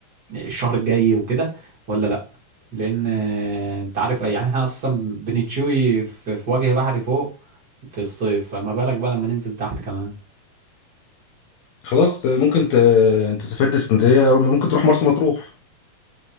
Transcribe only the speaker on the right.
الشهر الجاي وكده ولا لا لان آه، انت عارف يعني احنا اصلا بنتشوي في, في وجه بحري فوق في الصيف فما بالك بقى لما ننزل تحت كمان